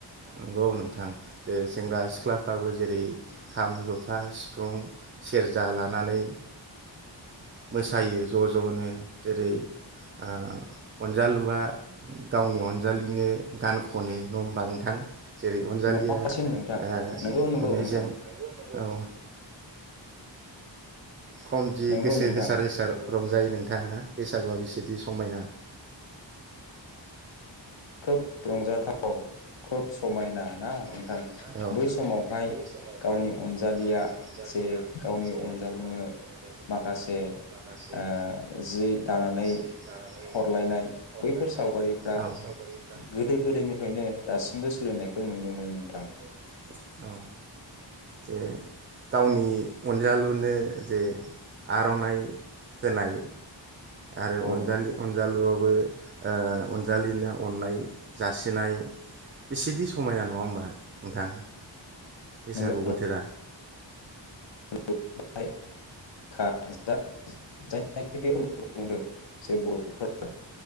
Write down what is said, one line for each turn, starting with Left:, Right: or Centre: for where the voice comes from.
Right: नंगौ नोंथां जे सेंग्रा सिख्लाफ्राबो जेरै खाम जथा सिफुं सेरजा लानानै मोसायो ज' ज'नो जेरै आ अनजालुुबा गावनि अन जालिनो गान खनो। नङा होनबा नोंथां? जेरै अनजालिया
Left: नङासै नोंथां
Right: ओ
Left: नंगौ नंगौ
Right: मोननायजों
Left: नोंथां
Right: औ खम जि
Left: नंगौ
Right: गोसो
Left: नोंथां
Right: होसार होसार रंजायो नोंथां ना बैसागुआ बिसेदि समायना।
Left: खोब रंजाथाव खोब समायना ना।
Right: दाना होन
Left: बै समावहाय
Right: बै समावहाय
Left: गावनि अनजालिया
Right: गावनि अनजालिया
Left: जे गावनि
Right: जे
Left: अनजालुनो
Right: गावनि अनजालुनो
Left: माखासे
Right: माखासे
Left: ओ जि दानानै
Right: जि दानानै
Left: हरलायनाय
Right: हरलायनाय
Left: बैफोर सावगारिफ्रा
Right: औ बैफोर सावगारि
Left: गोदो गोदायनिफ्रायनो दासिमबो सोलिनायखौ नुनो मोनो नोंथां
Right: औ जे गावनि अनजालुनो जे आर'नाइ होनाय आरो
Left: औ
Right: अनजालि
Left: नोंथां
Right: अनजालुआवबो ओ अनजालिनो अननाय जासिनाय बेसेदि समायना नङा होमबा? नोंथां बैसागु
Left: नंगौ
Right: बोथेरा
Left: ओमफ्राय खाजा जायनाखि बे बुंदों जे बर'फोरा